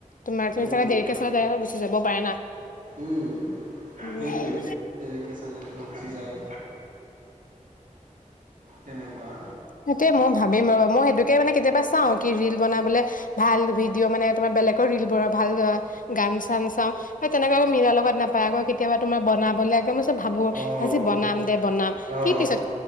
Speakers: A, on the left; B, on the right.
A: তোমাৰ টো
B: উম
A: চাগে দেৰিকে চালে গুচি যাব পাৰে না।
B: উম
A: উম
B: সেইটোৱে দেৰিকে চালে তোমাৰ গুচি যায়। তেনেকুৱা
A: সেইটোয়ে মই ভাবিম ৰ'বা মই সেইটোকে মানে কেতিয়াবা চাওঁ কি ৰিল বনাবলে ভাল ভিডিঅ' মানে তোমাৰ বেলেগৰ ৰিল বোৰ ভাল গান চান চাওঁ সেই তেনেকুৱা মিলাৰ লগত নাপায় আকৌ কেতিয়াবা তোমাৰ বনাবলৈ ভাবো
B: অ',
A: আজি বনাম বনাম
B: অ', অ',
A: কি পিছত